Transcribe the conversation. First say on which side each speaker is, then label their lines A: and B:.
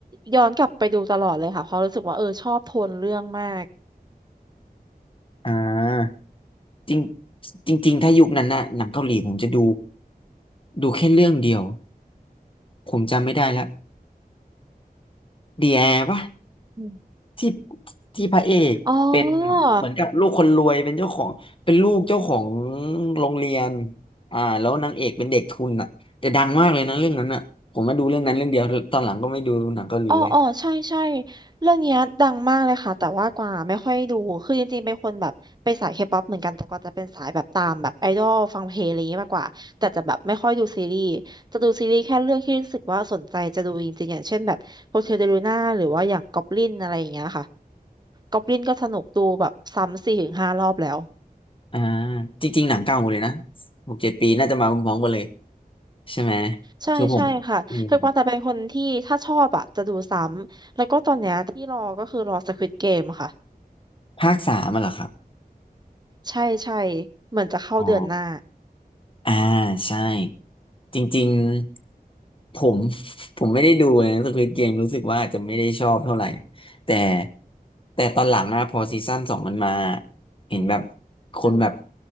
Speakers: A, on the right; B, on the left.
A: ย้อนกลับไปดูตลอดเลยค่ะเพราะรู้สึกว่าเออชอบโทนเรื่องมาก
B: อ่าจริงจริงๆถ้ายุคนั้นน่ะหนังเกาหลีผมจะดูดูแค่เรื่องเดียวผมจำไม่ได้ละเดียปะ
A: อืม
B: ที่ที่พระเอกเป็น
A: อ๋อ
B: เหมือนกับลูกคนรวยเป็นเจ้าของเป็นลูกเจ้าของโรงเรียนอ่าแล้วนางเอกเป็นเด็กทุนอ่ะแต่ดังมากเลยนะเรื่องนั้นอ่ะผมมาดูเรื่องนั้นเรื่องเดียวตอนหลังก็ไม่ดูหนังเกาหลีเลย
A: อ๋ออ๋อใช่ใช่เรื่องเนี้ยดังมากเลยค่ะ แต่ว่ากว่าไม่ค่อยดู คือจริงๆเป็นคนแบบเป็นสายเคป๊อปเหมือนกันแต่กว่าจะเป็นสายแบบตามแบบไอดอลฟังเพลงอะไรอย่างงี้มากกว่า แต่จะแบบไม่ค่อยดูซีรีส์จะดูซีรีส์แค่เรื่องที่รู้สึกว่าสนใจจะดูจริงๆอย่างเช่นแบบโฮเทลเดลูน่าหรือว่าอย่างก็อบลินอะไรอย่างเงี้ยค่ะก็อบลินก็สนุกดูแบบซ้ำสี่ถึงห้ารอบแล้ว
B: อ่าจริงๆหนังเก่าหมดเลยนะหกเจ็ดปีน่าจะมาพร้อมๆกันเลยใช่ไหม
A: ใช่ใช่ค่ะคือกวางแต่เป็นคนที่ถ้าชอบอ่ะจะดูซ้ำเพราะตอนเนี้ยที่รอก็คือรอ
B: คือผมอืม
A: Squid Game ค่ะ
B: ภาคสามอะเหรอครับอ๋
A: ใช่ใช่เหมือนจะเข้าเดือนหน้า
B: อ อ่าใช่จริงๆผม <laughs> ผมไม่ได้ดูนะสควิดเกมรู้สึกว่าอาจจะไม่ได้ชอบเท่าไหร่แต่แต่ตอนหลังอะพอซีซั่นสองมันมาเห็นแบบคนแบบ
A: อืม